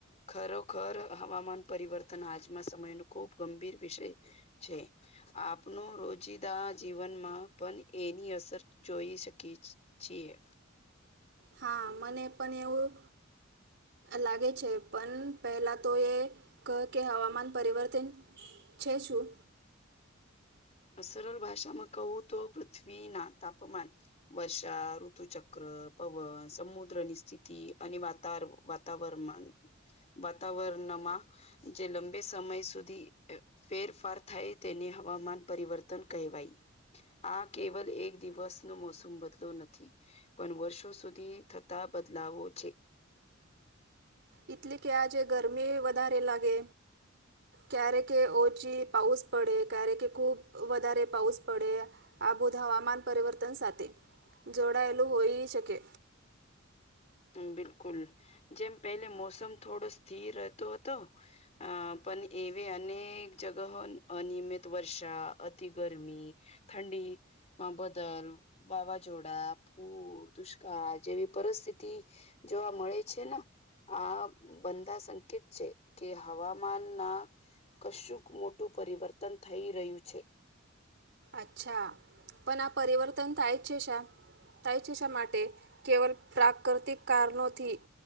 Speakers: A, on the left; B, on the right.
A: ખરોખર હવામાન પર પરિવર્તન આજમાં સમય ન ખુબ ગંભીર વિષય છે. આપનો રોજિદાજ જીવનમાં પણ એની અસર જોઈ શકી છીએ.
B: હા મને પણ એવું લાગે છે પણ પહેલા તો એ કહ કે હવામાન પરિવર્તન છે શું
A: સરલ ભાષામાં કવું તો પૃથ્વી ના તાપમાન વર્ષા ઋતુ ચક્ર પવન સમુદ્રની સ્થિતિ અને વાતા વાતાવરણમાં વાતાવરણમાં જે લંબે સમય સુધી ફેરફાર થાય તેની હવામાન પરિવર્તન કહેવાય આ કેવલ એક દિવસ નો મોસમ બદલો નથી પણ વર્ષો સુધી થતા આ બદલાવો છે
B: એટલે કે આજે ગરમી વધારે લાગે ક્યારે કે ઓછી પાઉસ પડે ક્યારે કે ખુબ વધારે પાઉસ પડે આબુદ હવામાન પરિવર્તન સાથે જોડાયેલું હોઈ શકે
A: બિલકુલ જેમ પેલે મોસમ થોડો સ્થિર રહેતો હતો અ અને એવી અનેક જગહ અનિયમિત વર્ષા અતિ ગરમી ઠંડી માં બદલ વાવાઝોડા પૂર દુષ્કાળ જેવી પરિસ્થિતિ થી જોવા મળે છે ને આ બંધા સંકેત છે કે હવામાન ના કશુંક મોટું પરિવર્તન થઈ રહ્યું છે
B: અચ્છા પણ આ પરિવર્તન થાય જ છે શા થાય છે શા માટે કેવલ પ્રાકૃતિક કારણોથી